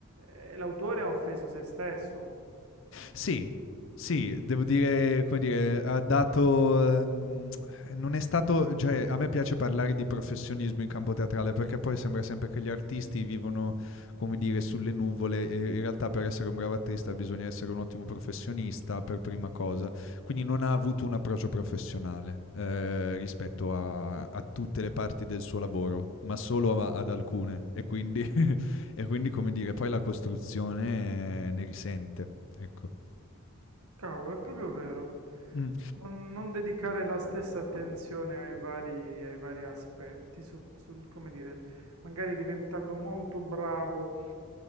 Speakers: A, on the right (about 85°); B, on the left (about 60°).
A: eh, l'autore ha offeso se stesso.
B: Sì, sì, devo dire, come dire, ha dato, mhmm, non è stato cioè a me piace parlare di professionismo in campo teatrale, perché poi sembra sempre che gli artisti vivono, come dire, sulle nuvole e in realtà per essere un bravo artista bisogna essere un ottimo professionista per prima cosa. Quindi non ha avuto un approccio professionale, ehm, rispetto a a tutte le parti del suo lavoro, ma solo a ad alcune e quindi <laughs> e quindi, come dire, poi la costruzione eh, ne risente. Ecco.
A: Cavolo, è proprio vero.
B: Mm,
A: Non, non dedicare la stessa attenzione ai vari, ai vari aspetti, su- su- come dire, magari diventando molto bravo